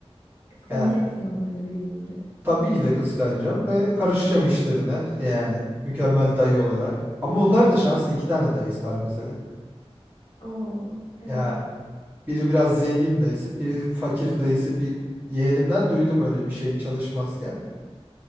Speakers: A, on the left; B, on the right.
A: Kıskanacaksın
B: Yani
A: onları büyüyünce.
B: tabii ki de kıskanacağım ve karışacağım işlerine yani mükemmel dayı olarak. Ama onlar da şanslı iki tane dayısı var mesela.
A: Oo, evet.
B: Ya biri biraz zengin dayısı, biri fakir dayısı bir yeğenimden duydum öyle bir şey çalışmazken.